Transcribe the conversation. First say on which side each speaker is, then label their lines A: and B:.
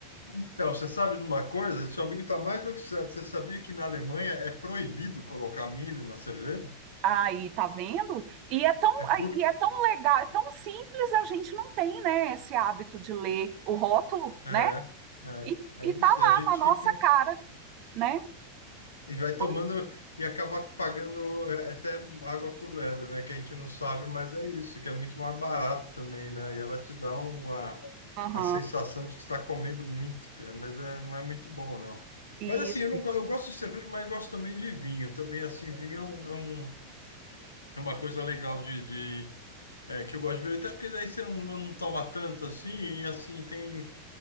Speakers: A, on the left (about 80°); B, on the right (about 40°).
A: Então, você sabe de uma coisa? Seu amigo está mais do que certo. Você sabia que na Alemanha é proibido colocar milho na cerveja?
B: Aí, tá vendo? E é tão,
A: É por...
B: e é tão legal, é tão simples, a gente não tem, né, esse hábito de ler o rótulo,
A: É,
B: né?
A: é,
B: E, e
A: é
B: tá
A: isso. E
B: lá
A: a gente
B: na nossa
A: fica...
B: cara, né?
A: E vai tomando
B: Pois.
A: e acaba pagando é, até água por lebre, né? Que a gente não sabe, mas é isso. Que é muito mais barato também, né? E ela te dá uma...
B: Aham,
A: a sensação de que está comendo muito, cara, mas é, não é muito bom, não.
B: isso.
A: Mas assim, eu não, go- eu gosto de cerveja, mas eu gosto também de vinho. Também, assim, vinho é, um, é um- é uma coisa legal de, de- é, que eu gosto de beber, até porque daí você não, não toma tanto assim, e assim, tem.